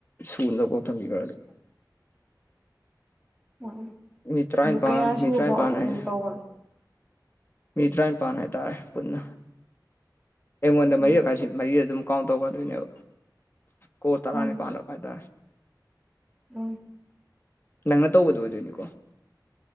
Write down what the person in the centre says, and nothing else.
<unintelligible> ꯎꯝ
ꯑꯗꯨ ꯀꯌꯥ ꯁꯨꯕ
ꯐꯥꯎ ꯑꯗꯨꯝ
ꯇꯧꯕꯅꯣ
ꯎꯝ
ꯎꯝ
ꯎꯝ